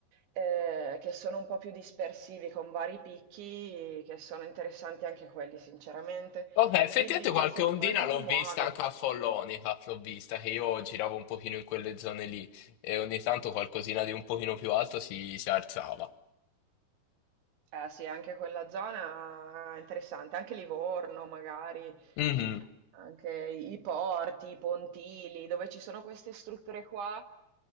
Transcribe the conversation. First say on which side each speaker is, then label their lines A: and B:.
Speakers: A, on the right; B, on the left.
A: ehm, che sono un po' più dispersivi con vari picchi che sono interessanti anche quelli sinceramente.
B: Ok, effettivamente
A: Quindi
B: qualche
A: se
B: ondina
A: poi ti
B: l'ho
A: muovi
B: vista anche a Follonica, l'ho vista, che io giravo un pochino in quelle zone lì e ogni tanto qualcosina di un pochino più alto si, si alzava.
A: Eh sì, anche quella zona è interessante, anche Livorno magari,
B: Mhm.
A: anche i porti, i pontili, dove ci sono queste strutture qua,